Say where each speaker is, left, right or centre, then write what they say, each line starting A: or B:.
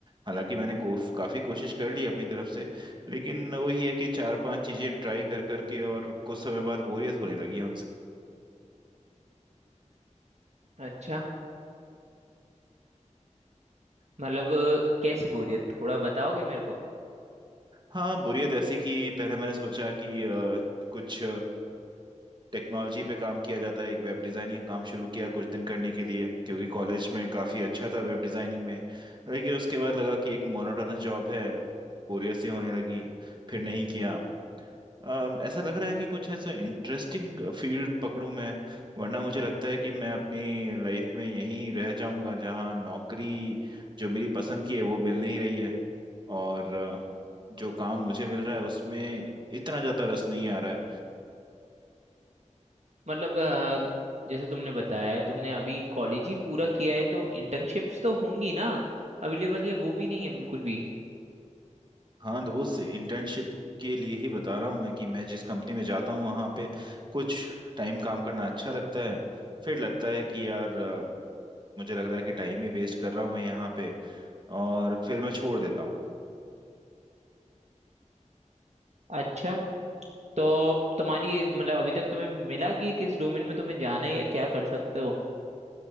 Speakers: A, on the right; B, on the right.
A: हालांकि मैंने को, काफ़ी कोशिश कर ली अपनी तरफ से लेकिन वही है कि चार पांच चीज़ें ट्राई कर करके और कुछ समय बाद बोरियत होने लगी है
B: अच्छा मतलब अ, कैसी बोरियत थोड़ा बताओगे मेरे को
A: हाँ बुरियत ऐसी कि पहले मैंने सोचा कि अ, कुछ टेक्नोलॉजी पे काम किया जाता है एक वेब डिज़ाइनिंग का काम शुरू किया कुछ दिन करने के लिए क्योंकि कॉलेज में काफ़ी अच्छा था वेब डिज़ाइनिंग में लेकिन उसके बाद लगा कि एक मोनोटोनस जॉब है बोरियत सी होने लगी फिर नहीं किया अम, ऐसा लग रहा है कि कुछ ऐसा इंटरेस्टिंग फील्ड पकड़ूं मैं वरना मुझे लगता है कि मैं अपनी लाइफ में यहीं रह जाऊंगा जहां नौकरी जो मेरी पसंद की है वो मिल नहीं रही है और अ, जो काम मुझे मिल रहा है उसमें इतना ज़्यादा रस नहीं आ रहा है
B: मतलब अ, जैसे तुमने बताया तुमने अभी कॉलेज ही पूरा किया है तो इंटर्नशिप्स तो होंगी ना अवेलेबल या वो भी नहीं है बिल्कुल भी
A: हाँ दोस्त इंटर्नशिप के लिए ही बता रहा हूँ मैं कि मैं जिस कंपनी में जाता हूँ वहाँ पे कुछ टाइम काम करना अच्छा लगता है फिर लगता है कि यार अ, मुझे लग रहा है कि टाइम ही वेस्ट कर रहा हूँ मैं यहाँ पे और फिर मैं छोड़ देता हूँ
B: अच्छा तो तुम्हारी मतलब अभी तक तुम्हें मिला कि किस डोमेन में तुम्हें जाना है या क्या कर सकते हो